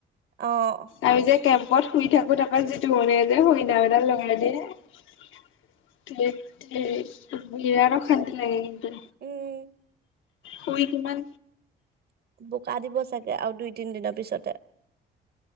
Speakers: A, on the right; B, on the left.
A: অ'
B: আমি যে কেম্প পত শুই থাকো তাৰপা যিতু মনিয়ে যে হৰি নাম দাল লগাই দেয়ে। <unintelligible> থেত তেৰি বিৰাদ অশান্তি লাগে।
A: উম
B: শুই কিমান
A: দোকান দিব চাগে আৰু দুই তিন দিনৰ পিছতে।